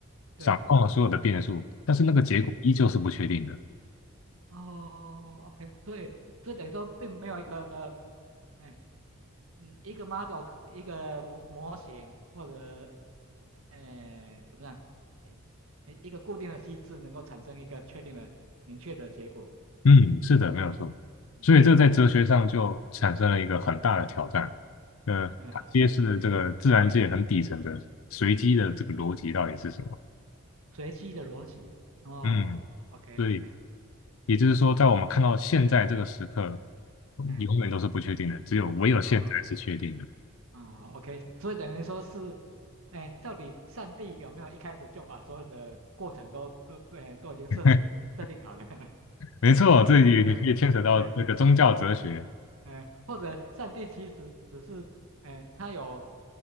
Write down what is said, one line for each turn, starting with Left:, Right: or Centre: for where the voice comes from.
Right: 对，
Left: 掌控了所有的变数，但是那个结果依旧是不确定的。
Right: 对，哦，OK，所以这等于说并没有一个，哎，嗯，一个 model，可一个模模型或者，哎，怎么样，哎哎一个固定的机制能够产生一个确定的、明确的结果，
Left: 嗯，是的，没有错。
Right: 嗯，
Left: 所以这在哲学上就产生了一个很大的挑战，呃，
Right: 啊，
Left: 它揭示了这个自然界很底层的随机的这个逻辑到底是什么。
Right: 是，是随机的逻辑，哦，OK，
Left: 嗯，所以
Right: 哎，
Left: 也就是说，在我们看到现在这个时刻，
Right: 哎。
Left: 永远都是不确定的，只有唯有现在是确定的。
Right: 哦啊、o k 所以等于说是，哎，到底上帝有没有一开始就把所有的过程都都对都已经设设定好了？
Left: <laughs>
Right: <laughs>
Left: 没错，这里也可以牵扯到这个宗教哲学，
Right: 过嗯嗯嗯嗯，或者上帝其实只是，哎，他有